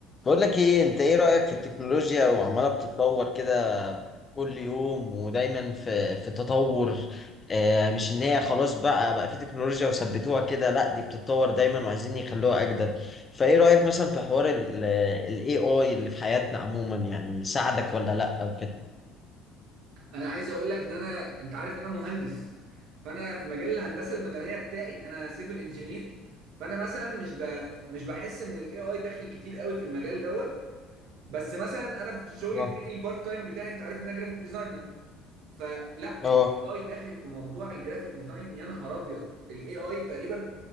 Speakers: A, on the left (about 25°); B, on the right (about 70°).
A: بقول لك ايه انت ايه رأيك في التكنولوجيا وعمالة بتتطور كده كل يوم ودايما في في تطور آه مش ان هي خلاص بقى بقى في تكنولوجيا وثبتوها كده لا دي بتتطور دايما وعايزين يخلوها اجدد فايه رأيك مثلا في حوار ال ال AI اللي في حياتنا عموما يعني ساعدك ولا لا او كده
B: انا عايز اقول لك ان انا انت عارف ان انا مهندس فانا في مجال الهندسه المدنيه بتاعي انا سيفل انجينير فانا مثلا مش ب... مش بحس ان الاي اي داخل كتير قوي في المجال دوت بس مثلا انا في الشغل
A: اه
B: التاني البارت تايم بتاعي انت عارف ان انا جرافيك ديزاينر فلا
A: اه
B: الاي اي داخل في موضوع الجرافيك ديزاين يا نهار ابيض الاي اي تقريبا